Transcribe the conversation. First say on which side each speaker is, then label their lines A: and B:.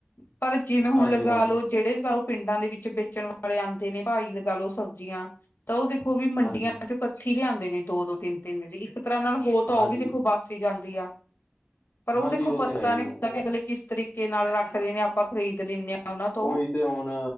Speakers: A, on the left; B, on the left.
A: ਪਰ ਜਿਵੇਂ ਹੁਣ
B: ਹਾਂਜੀ
A: ਲਗਾ
B: ਹਾਂਜੀ
A: ਲੋਓ ਜਿਹੜੇ ਤੁਹਾਡੇ ਪਿੰਡਾਂ ਦੇ ਵਿੱਚ ਵੇਚਣ ਵਾਲੇ ਆਉਂਦੇ ਨੇ ਭਾਈ ਲਗਾ ਲੋ ਸਬਜ਼ੀਆਂ, ਤਾਂ ਉਹ ਦੇਖੋ ਵੀ ਮੰਡੀਆਂ
B: ਹਾਂਜੀ
A: ਚ ਇਕੱਠੀ ਲਿਆਂਦੇ ਨੇ ਦੋ-ਦੋ, ਤਿੰਨ -ਤਿੰਨ ਦਿਨ ਦੀ ਇੱਕ ਤਰ੍ਹਾਂ ਨਾਲ ਹੋਰ ਤਾਂ
B: ਹਾਂਜੀ
A: ਉਹ ਵੀ ਦੇਖੋ ਬਾਸੀ ਹੀ ਜਾਂਦੀ ਆ। ਪਰ ਉਹ
B: ਹਾਂਜੀ
A: ਦੇਖੋ ਪਤਾ
B: ਤੇ ਹੈ ਹੀ
A: ਨੀ ਹੁੰਦਾ ਅਗਲੇ ਕਿਸ ਤਰੀਕੇ ਨਾਲ ਰੱਖਦੇ ਨੇ, ਆਪਾਂ ਖਰੀਦ ਲੈਂਦੇ ਹਾਂ। ਉਹਨਾਂ ਤੋਂ
B: ਉਹੀ ਤੇ ਹੁਣ